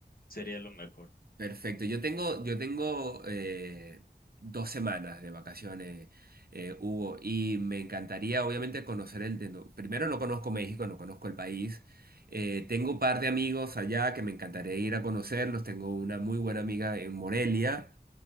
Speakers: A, on the left; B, on the right.
A: sería lo mejor.
B: Perfecto. Yo tengo, yo tengo eh, dos semanas de vacaciones, eh, Hugo, y me encantaría obviamente conocer el de... no- Primero no conozco México, no conozco el país. Eh, tengo un par de amigos allá que me encantaría ir a conocerlos. Tengo una muy buena amiga en Morelia.